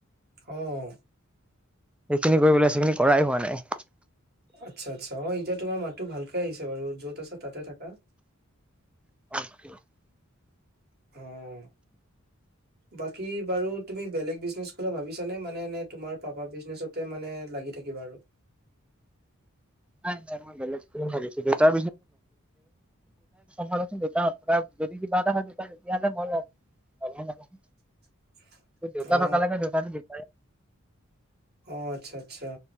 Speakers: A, on the right; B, in the centre.
A: অঁ।
B: সেইখিনি কৰিব আছে, সেইখিনি কৰাই হোৱা নাই।
A: আচ্ছা'-আচ্ছা' অঁ' এতিয়া তোমাৰ মাততো ভালকে আহিছে বাৰু য'ত আছে তাতে থাকা।
B: <unintelligible>
A: উম। বাকী বাৰু তুমি বেলেগ বিজনেছ খোলা ভাবিছা নে মানে এনে তোমাৰ পাপা বিজনেচত মানে লাগি থাকিবা আৰু?
B: নাই নাই, মই বেলেগ ভাবিছো, <unintelligible> দেউতাই <unintelligible> দেউ যদি কিবা এটা হয় তো তেতিয়াহ'লে মই <unintelligible>
A: <unintelligible>
B: দেউতা
A: অ
B: থাকা লৈকে দেউতাটো বিছাৰে।
A: অঁ' আচ্ছা'-আচ্ছা'